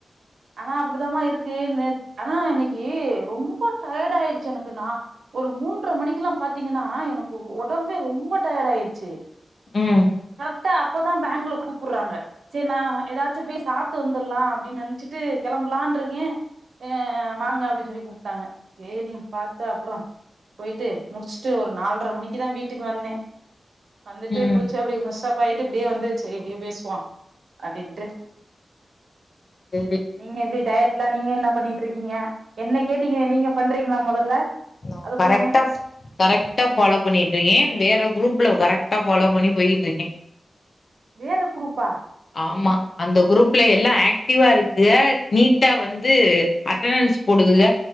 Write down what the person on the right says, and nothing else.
ஆனா அப்டிதாம இருக்கு நெ ஆனா இன்னைக்கி ரொம்ப டயர்டாயிருச்சி எனக்கு நா ஒரு மூன்ற மணிக்குலா பாத்தீங்கனா எனக்கு ஒடம்பே ரொம்ப டயர்டாயிருச்சி
கரெட்டா அப்பதா பேங்குல கூப்புட்றாங்க சேரி நா ஏதாச்சு போய் சாப்ட்டு வந்துர்லா அப்டின் நெனச்சிட்டு கெளம்பலான்ருக்கே ஏ வாங்க அப்டின் சொல்லி கூப்டாங்க சேரின் பாத்து அப்றோ போயிட்டு முடிச்சிட்டு ஒரு நால்ர மணிக்கிதா வீட்டுக்கு வந்தே வந்துட்டு
குளிச்சி அப்டியே ஃப்ரஸ் அப் ஆயிட்டு இப்டியே வந்து சேரி இப்டியே பேசுவோ அப்டின்ட்டு
நீங்க எப்டி டயட்லா நீங்க என்ன பண்ணிட்ருக்கீங்க என்ன கேட்டீங்களே நீங்க பண்றீங்களா மொதல்ல
அத
சொல்லுங்க
வேற குரூப்பா